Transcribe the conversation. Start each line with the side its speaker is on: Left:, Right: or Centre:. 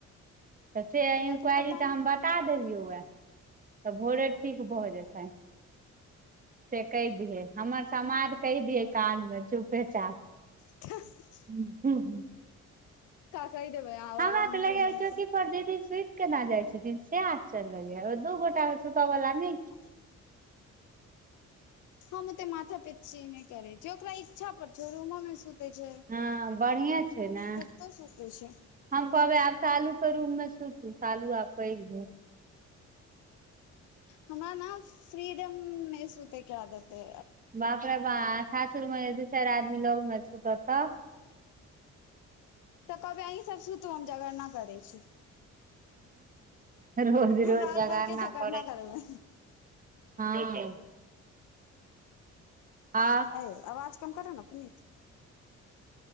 Right: तऽ से
Left: कहलखिन
Right: इन्क्वारी
Left: पता
Right: तऽ
Left: नहि
Right: हम बता देलियौ वए तऽ भोरे ठीक भऽ जेतैन से कहि दियै हमर समाज कहि दियै काज में चुपेचाप
Left: ह
Right: ह हू हू
Left: कहि देबै अहाँ
Right: हमरा
Left: वला
Right: तऽ
Left: न्यूज
Right: लग
Left: हमके
Right: चौकी पर दीदी सुति केना जाइ से आश्चर्य लगै दू गोटा सुतऽ गल न
Left: आ हम ओते माथा पे चिय नहि करे छी ओकरा इच्छा पर छै रूमो में छै
Right: हँ बढ़िये छै ने
Left: कत सोते छै
Right: हम कहबै आब शालू के रूम में छु शालू आब पैघ हो
Left: हमरा ने फ्रीडम मे सुते क्य देतै
Right: बापड़ ब सासुर में दू चार आदमी लगन सुट तऽ
Left: तऽ कबी अहीं सब सुत हम जगड़ न करै छी
Right: आ रोज
Left: हम
Right: रोज
Left: रात
Right: जग
Left: भर के
Right: न
Left: झगरना
Right: करै रह
Left: करबै
Right: हँ आ
Left: अ आवाज कम करे ने पुनत